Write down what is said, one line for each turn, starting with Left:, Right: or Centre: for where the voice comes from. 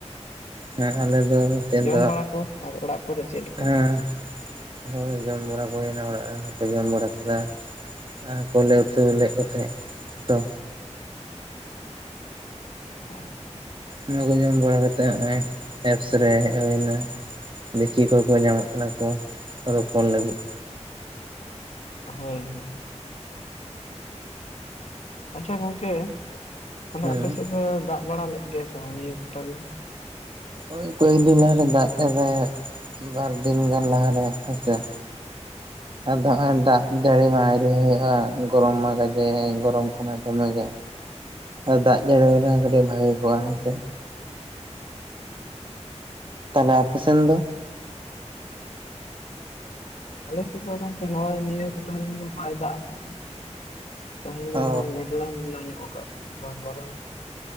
Right: ᱦᱮᱸ ᱟᱞᱮ ᱫᱚ
Left: ᱡᱚᱢ
Right: ᱫᱚ
Left: ᱵᱟᱲᱟ ᱠᱚ, ᱟᱨ ᱚᱲᱟᱜ ᱠᱚᱨᱮ ᱪᱮᱫ ᱞᱮᱠᱟ?
Right: ᱦᱮᱸ ᱦᱳᱭ ᱡᱚᱢ ᱵᱟᱲᱟ ᱠᱚ ᱦᱩᱭᱱᱟ ᱚᱲᱟᱜ ᱨᱮᱱ ᱨᱮᱦᱚᱸ ᱡᱚᱢ ᱵᱟᱲᱟ ᱠᱮᱫᱟ᱾ ᱟᱨ ᱠᱚᱞᱮ ᱩᱛᱩ ᱞᱮᱫ ᱠᱚ ᱛᱟᱦᱮᱸᱫ ᱛᱚ
Left: ᱟᱪᱪᱷᱟ᱾
Right: ᱚᱱᱟ ᱠᱚ ᱡᱚᱢ ᱵᱟᱲᱟ ᱠᱟᱛᱮᱫ ᱦᱚᱸᱜ-ᱚᱭ ᱮᱯᱥ ᱨᱮ ᱦᱮᱡ ᱦᱩᱭ ᱮᱱᱟ ᱫᱮᱠᱤ ᱚᱠᱚᱭ ᱠᱚ ᱧᱟᱢᱚᱜ ᱠᱟᱱᱟ ᱠᱚ ᱨᱚᱯᱚᱲ ᱞᱟᱹᱜᱤᱫ᱾
Left: ᱦᱳᱭ ᱦᱳᱭ ᱟᱪᱪᱷᱟ ᱜᱚᱝᱠᱮ ᱛᱟᱦᱞᱮ
Right: ᱦᱮᱸ
Left: ᱟᱯᱮ ᱥᱮᱫ ᱫᱚ ᱫᱟᱜ ᱵᱟᱲᱟ ᱞᱮᱫ ᱜᱮᱭᱟ ᱥᱮ ᱵᱟᱝ ᱱᱤᱭᱟᱹ ᱠᱚᱴᱟᱫᱤᱱ?
Right: ᱳᱭ ᱠᱚᱭᱮᱠᱫᱤᱱ ᱞᱟᱦ ᱨᱮ ᱫᱟᱜ ᱜᱮ ᱛᱟᱸᱦᱮᱜ ᱵᱟᱨ ᱫᱤᱱ ᱜᱟᱱ ᱞᱟᱦᱟᱨ ᱨᱮ ᱦᱮᱸ ᱥᱮᱜ ᱟᱫᱚ ᱦᱚᱸᱜᱼᱚᱭ ᱫᱟᱜ ᱡᱟᱹᱲᱤ ᱢᱟ ᱟᱨᱤ ᱦᱩᱭᱩᱜᱼᱟ᱾ ᱜᱚᱨᱚᱢ ᱢᱟ ᱜᱟᱡᱮ ᱜᱚᱨᱚᱢ ᱠᱟᱱᱟ ᱫᱚᱢᱮ ᱜᱮ ᱟᱨ ᱫᱟᱜ ᱡᱟᱹᱲᱤ ᱦᱩᱭᱱᱟ ᱠᱟᱹᱴᱤᱡ ᱵᱷᱟᱜᱤ ᱠᱚᱣᱟᱜ
Left: ᱦᱳᱭ
Right: ᱥᱮ ᱛᱟᱦᱚᱞᱮ
Left: ᱦᱳᱭ
Right: ᱟᱯᱮ ᱥᱮᱱ ᱫᱚ?
Left: ᱟᱞᱮ ᱥᱮᱫ ᱫᱚ ᱜᱚᱝᱠᱮ ᱱᱚᱜᱼᱚᱭ ᱱᱤᱭᱟᱹ ᱠᱚᱴᱟᱫᱤᱱ ᱫᱚ ᱵᱟᱭ ᱫᱟᱜ ᱠᱟᱜᱼᱟ᱾ ᱛᱮᱦᱮᱧ ᱫᱚ
Right: ᱚ
Left: ᱱᱚᱣᱟ ᱢᱮᱜᱞᱟ ᱢᱮᱜᱞᱟ ᱧᱚᱜ ᱟᱠᱟᱫ ᱛᱟᱦᱮᱸᱫ ᱟᱫᱚ ᱜᱚᱨᱚᱢ